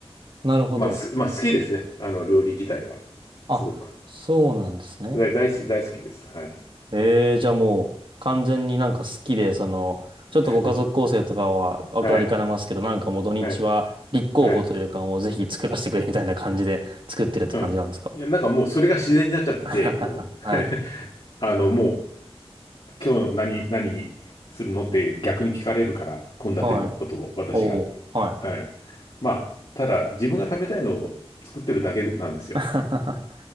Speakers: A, on the right; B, on the left.
A: なるほど。
B: まあ、す、まあ好きですね。あの、料理自体は。
A: あ、
B: すごく。
A: そうなんですね。
B: 大、大好き、大好きです。はい。
A: ええ、じゃあもう完全になんか好きで、その、ちょっとご家族構成とかは分かりかねますけど、
B: <laughs> はい。
A: なんかもう土日は立候補というかもうぜひ作らせてくれみたいな感じで作ってるって感じなんですか
B: はい。はい。うん。いや、なんかもうそれが自然になっちゃってて、
A: <laughs>
B: もう
A: はい。
B: <laughs> あの、もう、今日何、何にするのって逆に聞かれるから、
A: <laughs>
B: 献立のことを私が。
A: はい。おうおう。はい。
B: はい。まあ、ただ自分が食べたいのを作ってるだけなんですよ。
A: <laughs>